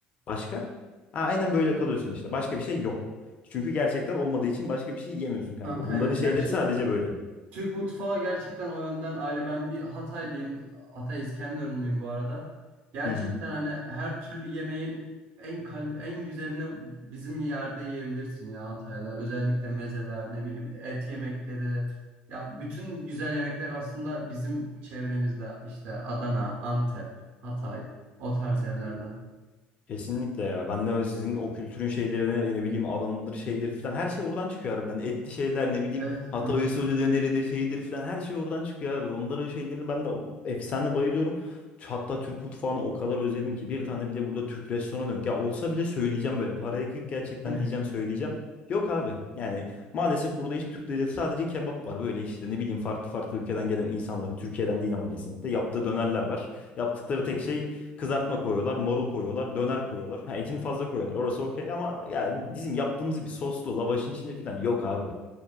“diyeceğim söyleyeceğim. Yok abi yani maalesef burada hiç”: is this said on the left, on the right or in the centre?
Left